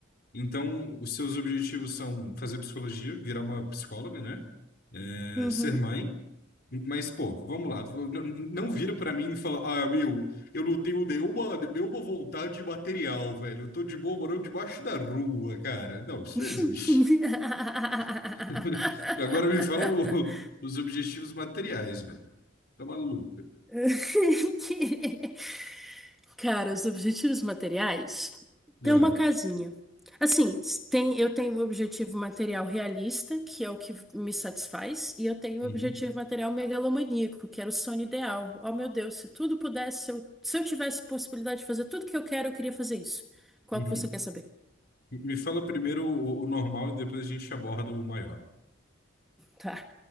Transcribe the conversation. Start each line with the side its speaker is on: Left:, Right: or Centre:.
Left: Então, os seus objetivos são fazer psicologia, virar uma psicóloga, né? É,
Centre: Uhum.
Left: ser mãe. Mas, pô, vamos lá. N- Não vira pra mim e fala, ah, meu, eu não tenho nenhuma, nenhuma vontade material, velho. Eu tô de boa morando debaixo da rua, cara. Não, isso
Centre: <laughs>
Left: não existe. <laughs> Agora me fala o- os objetivos materiais, velho. Tá maluco.
Centre: Que- Cara, os objetivos materiais tem
Left: Ah,
Centre: uma casinha. Assim, s- tem, eu tenho um objetivo material realista, que é o que me satisfaz, e eu tenho
Left: uhum,
Centre: um objetivo material megalomaníaco, que era o sonho ideal. Oh, meu Deus, se tudo pudesse, se eu, se eu tivesse possibilidade de fazer tudo que eu quero, eu queria fazer isso. Qual
Left: uhum.
Centre: que você quer saber?
Left: Me fala primeiro o, o normal e depois a gente aborda o maior.
Centre: Tá.